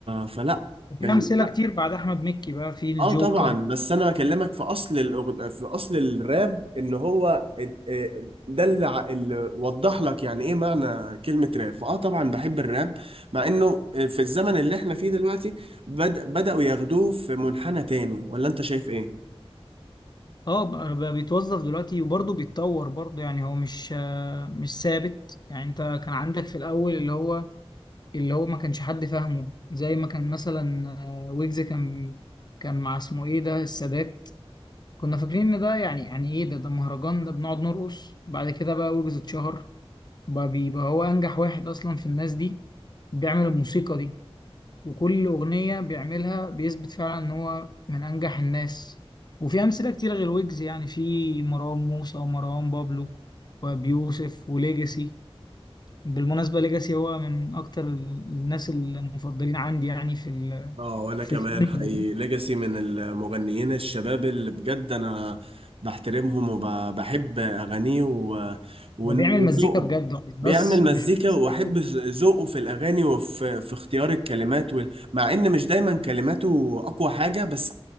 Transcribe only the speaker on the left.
وفي
امثله كتير بعد احمد مكي بقى في الجوكر
اه بقى بقى بيتوظف دلوقتي وبرضه بيتطور برضه يعني هو مش آه، مش ثابت يعني انت كان عندك في الاول اللي هو اللي هو ما كانش حد فاهمه زي ما كان مثلا آه، ويجز كان كان مع اسمه ايه ده السادات كنا فاكرين ان ده يعني يعني ايه ده ده مهرجان ده بنقعد نرقص بعد كده بقى ويجز اتشهر بقى بيبقى هو أنجح واحد أصلا في الناس دي بيعمل الموسيقى دي وكل أغنية بيعملها بيثبت فعلا إن هو من أنجح الناس وفي أمثلة كتير غير ويجز يعني في مروان موسى ومروان بابلو وبيوسف وليجاسي بالمناسبة ليجاسي هو من أكتر الناس المفضلين عندي يعني في ال
<laughs>
في
الجنة
دي.
هو بيعمل
مزيكا بجد هو مش بس
مش بس
بيكتب،